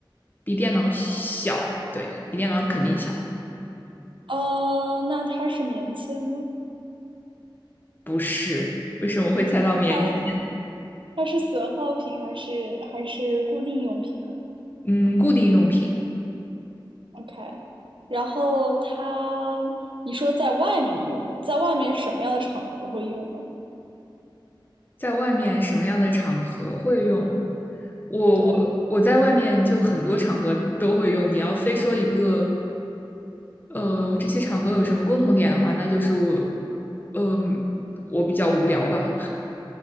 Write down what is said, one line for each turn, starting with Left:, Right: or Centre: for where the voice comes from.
Left: 比电脑小，对，比电脑肯定小。
Right: 呃，那它是棉签吗？
Left: 不是，为什么会猜到棉签？
Right: 它它是损耗品还是还是固定用品啊
Left: 嗯，固定用品，
Right: ？OK，然后它，你说在外面用，在外面什么样的场合会用呢？
Left: 在外面什么样的场合会用？我我我在外面就很多场合都会用。
Right: 对，
Left: 你要非说一个，呃，这些场合有什么共同点的话，那就是我，嗯、我比较无聊吧。